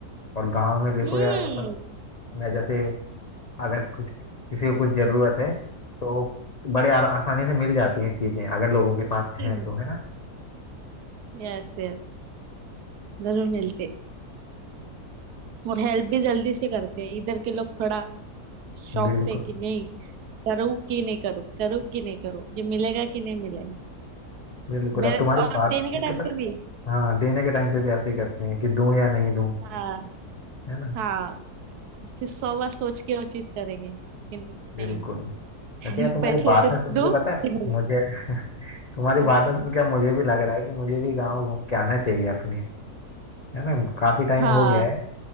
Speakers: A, on the left; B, on the right.
A: और गांव में देखो
B: हम्म
A: यार मतलब मैं जैसे अगर कुछ किसी को कुछ जरूरत है तो बड़े आर- आसानी से मिल जाती हैं चीजें अगर लोगों के पास है
B: हम्म
A: तो है ना
B: यस यस जरूर मिलते और हेल्प भी जल्दी से करते हैं इधर के लोग थोड़ा शौक
A: बिल्कुल
B: थे कि नहीं करूँ कि नहीं करूँ करूँ कि नहीं करूँ ये मिलेगा कि नहीं मिलेगा
A: बिल्कुल
B: मेरे
A: अब तुम्हारी
B: और
A: बात
B: देने
A: सुन
B: के टाइम
A: के पता
B: पे भी
A: हाँ देने के टाइम पे भी ऐसे ही करते हैं कि दूं या नहीं दूं
B: हाँ
A: है ना
B: हाँ फिर सौ बार सोच के वो चीज करेंगे कि नहीं
A: बिल्कुल
B: <laughs>
A: वैसे यार तुम्हारी
B: पैसे
A: बातें
B: से
A: सुन
B: दो
A: के पता है
B: फिर नहीं।
A: मुझे <laughs> तुम्हारी
B: हाँ हाँ
A: बातें सुन के मुझे भी लग रहा है कि मुझे भी गांव घूम के आना चाहिए अपने है ना काफी टाइम
B: हाँ
A: हो गया है